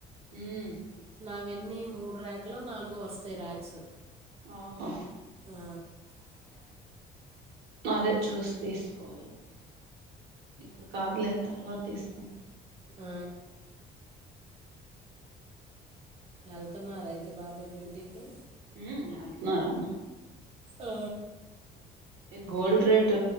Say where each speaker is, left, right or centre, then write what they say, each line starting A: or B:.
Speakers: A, on the right; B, on the right.
A: ఉమ్
B: నావెన్నీ మూడు ర్యాకులో నాలుగొ వస్తాయి ర్యాక్స్
A: ఓహో
B: ఆ!
A: అదే చూసి తీసుకోవాలి ఇప్పుడు కాదులే తా బతి స్కూల్
B: ఆ ఎళ్తున్నారా అయితే బాబాయ్ డ్యూ నీకే
A: మ్ ఎల్తున్నార్ అన్నా
B: ఆ
A: ఏ గోల్డ్ రేట్